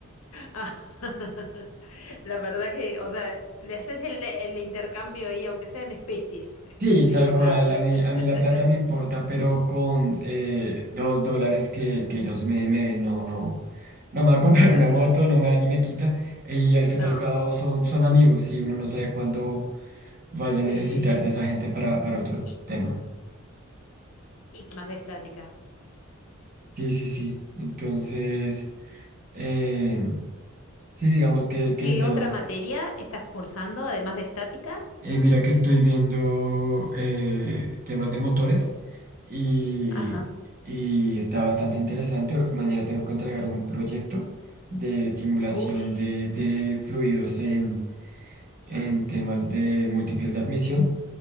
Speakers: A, on the left (about 75°); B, on the right (about 40°).
A: Ah. <laughs> La verdad que, o sea, le haces el, el intercambio ahí, aunque sean especies.
B: Sí,
A: <laughs> Sí,
B: tal
A: o
B: cual,
A: sea, <laughs>
B: a mí, a mí la plata me importa, pero con eh, dos dólares que, que ellos me, me den, no, no, no me va a <laughs> comprar
A: claro.
B: una moto, no me da ni me quita, y al fin
A: No,
B: y al cabo son, son amigos y uno no sabe cuándo vaya
A: sí.
B: a necesitar de esa gente para, para otro
A: ¿Y,
B: tema.
A: y qué más de estática?
B: Sí, sí, sí. Entonces, eh, sí, digamos que, que
A: ¿Qué
B: el tema.
A: otra materia estás cursando además de estática?
B: eh, mira que estoy viendo eh, temas de motores y,
A: Ajá.
B: y está bastante interesante. Mañana tengo que entregar un proyecto de simulación
A: Uy,
B: de, de fluidos en, en temas de múltiples de admisión.